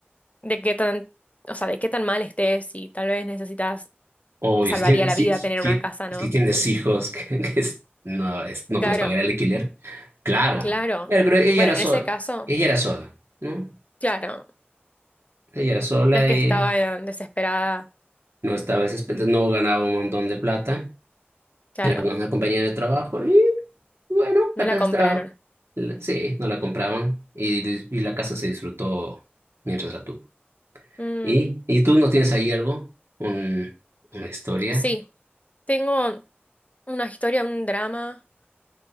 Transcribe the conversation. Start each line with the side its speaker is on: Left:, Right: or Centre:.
Left: de qué tan, o sea, de qué tan mal estés y tal vez necesitas
Right: obvio,
Left: te salvaría
Right: si tienes,
Left: la
Right: si,
Left: vida
Right: si,
Left: tener
Right: si
Left: una casa,
Right: si
Left: ¿no?
Right: tienes hijos <laughs> que, que es- no, es- no
Left: Claro,
Right: puedes pagar el alquiler, claro,
Left: claro.
Right: pero, pero ella
Left: Bueno,
Right: era sola,
Left: en ese caso,
Right: ella era sola, ¿no?
Left: claro,
Right: Ella era sola
Left: no es que
Right: y
Left: estaba eh, desesperada,
Right: no estaba, desesper- no ganaba un montón de plata.
Left: claro,
Right: Era una compañera de trabajo y bueno,
Left: no
Right: la
Left: la
Right: casa
Left: compraron.
Right: estaba... la- Sí, no la compraban y, dis- y la casa se disfrutó mientras la tuvo.
Left: Mm,
Right: ¿Y, y tú no tienes ahí algo? Un, una historia,
Left: sí, tengo una historia, un drama,